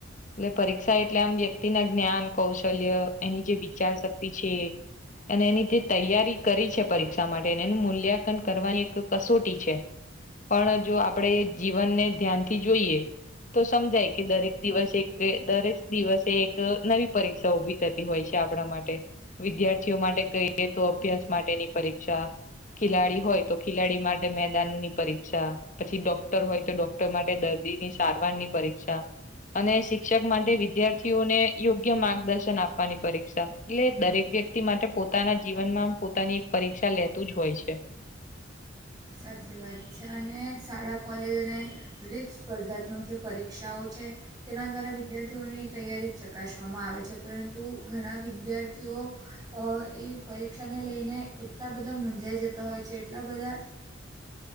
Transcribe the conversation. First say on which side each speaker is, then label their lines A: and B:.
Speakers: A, on the left; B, on the right.
A: એટલે પરીક્ષા એટલે આમ વ્યક્તિના જ્ઞાન કૌશલ્ય એની જે વિચાર શક્તિ છે. અને એની રીતે તૈયારી કરી છે પરીક્ષા માટે એનું મૂલ્યાંકન કરવાની એક કસોટી છે. પણ જો આપણેે જીવનને ધ્યાનથી જોઈએ. તો સમજાય કે દરેક દિવસે દરેક દિવસે એક નવી પરીક્ષા ઉભી. થતી હોય છે આપણા માટે વિદ્યાર્થીઓ માટે કહીએ તો અભ્યાસ માટેની પરીક્ષા ખિલાડી હોય તો ખિલાડી માટે મેદાનની પરીક્ષા પછી ડોક્ટર હોય તો ડોક્ટર માટે તે દર્દી ની સારવાર ની પરીક્ષા અને શિક્ષક માટે વિદ્યાર્થીઓને યોગ્ય માર્ગદર્શન આપવાની પરીક્ષા એટલે દરેક વ્યક્તિ માટે પોતાના જીવનમાં પોતાની એક પરીક્ષા લેતું જ હોય છે.
B: સાચી વાત છે, અને શાળા કોલેજને દરેક સ્પર્ધાત્મક જે પરીક્ષાઓ છે. તેના કારણે વિદ્યાર્થીઓને તૈયારી ચકાસવામાં આવે છે પરંતુ ઘણા વિદ્યાર્થીઓ એ પરીક્ષાને લઈને એટલા બધા મૂંઝાઈ જતા હોય છે એટલા બધા.
A: <inaudible>